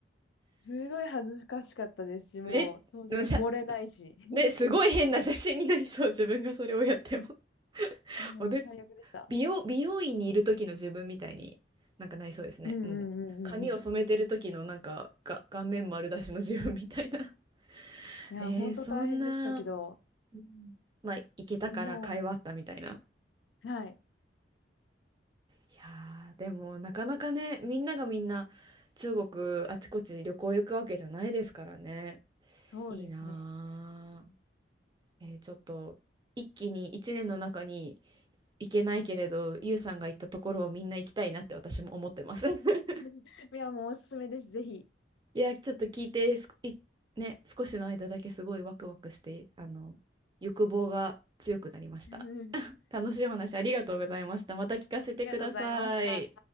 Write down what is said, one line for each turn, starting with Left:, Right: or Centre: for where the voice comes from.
Left: すごい恥ずかしかったですし、
Right: <laughs> め、
Left: もう当然漏れないし、
Right: むしゃ、
Left: <laughs>
Right: ね、すごい変な写真になりそう。自分がそれをやっても。<laughs>
Left: もう最悪でした。
Right: おで美容、美容院にいる時の自分みたいになんかなりそうですね。
Left: うんうんうんうんうん。
Right: もう髪を染めてる時のなんかが顔面丸出しの自分みたいな <laughs>
Left: いや、
Right: えー、
Left: 本当大変でしたけど、
Right: そんな、うんまあ、行けたから会話あったみたいな。
Left: でももう、はい、
Right: いやーでもなかなかね、みんながみんな中国あちこち旅行行くわけじゃないですからね。
Left: そうですね。
Right: いいなー。えーちょっと一気に一年の中に行けないけれど、ゆうさんが行ったところをみんな行きたいなって私も思ってます。<laughs>
Left: <laughs> いや、もうおすすめです、ぜひ。
Right: いや、ちょっと聞いてすこ、い、ね、少しの間だけすごいワクワクして、あの、欲望が強くなりました。
Left: <laughs> あ
Right: 楽しいお話ありがとうございました。また聞かせてください。
Left: りがとうございました。